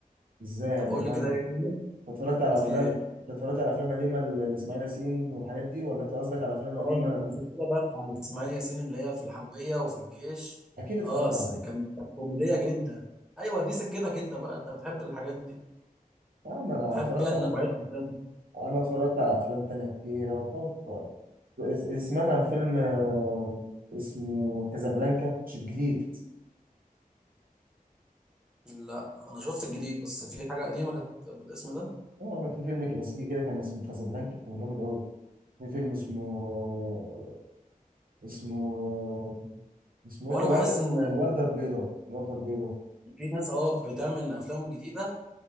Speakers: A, on the right; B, in the centre.
A: ازاي
B: طب
A: يعني
B: قول
A: انت
B: لي
A: عن-
B: كده
A: أنت
B: ايه هي
A: اتفرجت على
B: زي
A: افلام
B: إيه؟
A: أنت اتفرجت على افلام قديمه ل- لاسماعيل ياسين والحاجات دي ولا انت قصدك على افلام قديمه
B: اه السلسله بقى بتاع اسماعيل ياسين اللي هي في الحربيه وفي الجيش
A: اكيد اتفرجت
B: اه س-
A: على دول
B: كان كانت كوميديه جدا ايوه دي سكتك انت بقى انت بتحب الحاجات دي
A: يا عم انا
B: بتحب
A: اتفرجت
B: يعني نوعيه الافلام دي
A: انا اتفرجت على افلام تانية كتير أنا اتفرجت س- سمعت عن فيلم آه، اسمه كازابلانكا مش الجديد
B: لا انا شفت الجديد بس في حاجه قديمه كانت بالاسم ده
A: اه في فيلم كلاسيكي كده كان اسمه كازابلانكا كان جامد قوي في فيلم اسمه آه، اسمه آه، اسمه
B: وانا
A: ايه ده الوردة
B: بحس ان
A: الوردة البيضاء الوردة البيضاء
B: في ناس اه بتعمل افلام جديده